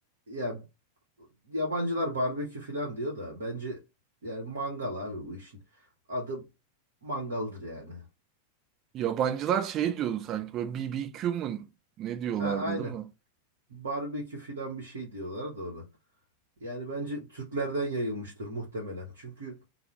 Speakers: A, on the right; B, on the right.
A: ya yabancılar barbekü falan diyor da bence yani mangal abi bu işin adı mangaldır yani.
B: Yabancılar şey diyordu sanki böyle BBQ mu ne diyorlardı
A: Ha aynen.
B: değil mi?
A: Barbekü falan bir şey diyorlar da ona. Yani bence Türklerden yayılmıştır muhtemelen. Çünkü